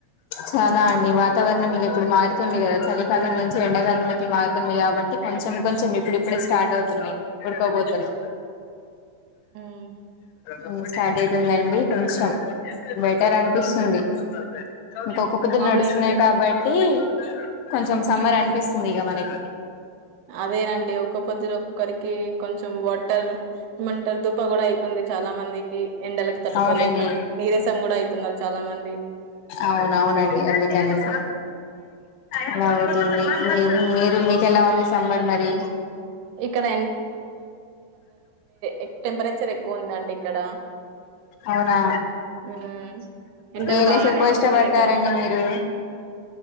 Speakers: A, on the left (about 80°); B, on the right (about 80°).
A: చాలా అండి వాతావరణం మీరు ఇప్పుడు మారుతుంది కదా చలికాలం నుంచి ఎండాకాలంలోకి మారుతుంది కాబట్టి కొంచెం కొంచెం ఇప్పుడు ఇప్పుడే స్టార్ట్ అవుతున్నాయి ఉడకబోతలు
B: మ్మ్
A: హ్మ్ స్టార్ట్ అయితుందండి కొంచెం బెటర్ అనిపిస్తుంది ఇంకొక్క పొద్దు
B: అవును
A: నడుస్తున్నాయి
B: ఇ
A: కాబట్టి కొంచెం సమ్మర్ అనిపిస్తుంది ఇక మనకి
B: అదేనండి ఒక్కో పొద్దురు ఒక్కక్కొరికి కొంచెం వాటర్ మ్ ఇర్ దూప కూడా అయితంది చాలా మందికి ఎండలకి తట్టుకోలేక
A: అవునండి
B: నీరసం కూడా అయితున్నారు చాలా మంది
A: అవునవునండి అందుకనేసి అలా అవుతుంది మీరు మీరు మీకెలా ఉంది సమ్మర్ మరి
B: ఇక్కడ ఎక్ టెంపరేచర్ ఎక్కువ ఉందండి ఇక్కడ
A: అవునా
B: హ్మ్ ఎండలు
A: ఏ
B: బానే
A: లైఫ్ ఎక్కువ
B: వస్తున్నా
A: ఇష్టపడతారండి
B: ఇక్కడ
A: మీరు